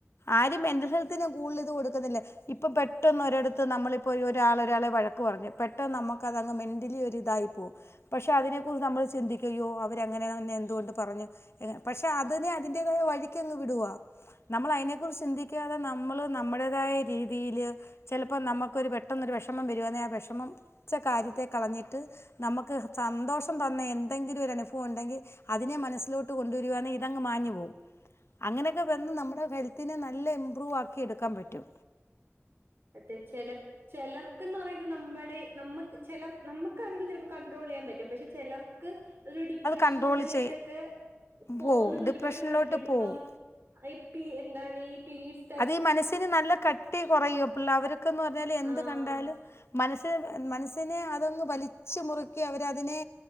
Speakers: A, on the left; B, on the right.
A: ആരും മെന്റൽ ഹെൽത്തിന് കൂടുതലിത് കൊടുക്കുന്നില്ലാ. ഇപ്പൊ പെട്ടന്ന് ഒരിടത്ത് നമ്മളിപ്പോ ഒര് ഒരാള് ഒരാളെ വഴക്ക് പറഞ്ഞ് പെട്ടെന്ന് നമ്മക്കതങ്ങ് മെന്റലി ഒരു ഇതായിപ്പോവും പക്ഷെ അതിനെക്കുറിച്ച് നമ്മൾ ചിന്തിക്കു ഇയ്യോ അവരങ്ങനെയെന്നെ എന്തുകൊണ്ട് പറഞ്ഞു. ഏഹ് പക്ഷെ അതിന് അതിന്റേതായ വഴിക്കങ്ങ് വിടുവാ നമ്മള് അതിനെ കുറിച്ച് ചിന്തിക്ക് ക്കാതെ നമ്മള് നമ്മടേതായ രീതീല് ചെലപ്പം നമ്മക്ക് ക്കൊരു പെട്ടെന്നൊരു വെഷമം വെരുവാന്നെ ആ വെഷമം ച്ച കാര്യത്തെ കളഞ്ഞിട്ട് നമ്മക്ക് സന്തോഷം തന്ന എന്തെങ്കിലും ഒരു അനുഫവം ഒണ്ടെങ്കി അതിനെ മനസ്സിലോട്ട് ട്ട് കൊണ്ടുവരുവാന്നെ ഇതങ്ങ് മാഞ്ഞു പോവും അങ്ങനെയൊക്കെ വന്ന് നമ്മടെ ഹെൽ ത്തിനെ നല്ല ഇമ്പ്രൂവ് ആക്കി എടുക്കാൻ പറ്റും.
B: അതെ ചെല ചെലർക്ക്ന്ന് പറയുന്ന നമ്മടെ നമ്മക്ക് ചെലർ നമ്മക്കാണെങ്കി ചെലപ്പ കണ്ട്രോള് ചെയ്യാൻ പറ്റും പക്ഷെ ചെലർ ക്ക് അത് ഒരു ഡിപ്രഷൻ
A: കൺട്രോൾ
B: മൂഡിലേക്കൊക്കെ
A: ചെയ്
B: പോവുന്നത്
A: പോവും ഡിപ്രഷനിലോട്ട്
B: ഒരുപാട് കണ്ടിട്ടുണ്ട്
A: പോവും
B: ഇപ്പം ഈ പീ എന്താണ് ഈ പീരിഡ്
A: അത് ഈ മനസ്സിന് നല്ല കട്ടി കൊറയുവാ പിള്ളാ അവർക്ക്ന്ന് പറഞ്ഞാല് എന്ത്
B: ആഹ്
A: കണ്ടാലും മനസ് ട്ട് മനസ്സിനെ അതങ്ങ് വലിച്ചു മുറുക്കി അവരതിനെ